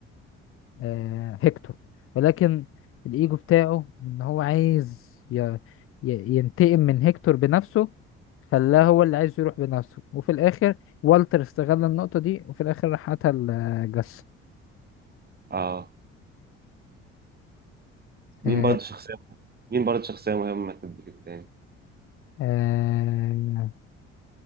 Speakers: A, on the left; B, on the right.
A: آه، هيكتور ولكن الإيجو بتاعه إن هو عايز ي- ي- ينتقم من هيكتور بنفسه خلاه هو اللي عايز يروح بنفسه وفي الآخر والتر استغل النقطة دي وفي الآخر راح قتل آه، جاس
B: اه مين
A: آه،
B: برضه شخصيه مين برضه شخصيه مهمه في الايجو تاني
A: آه،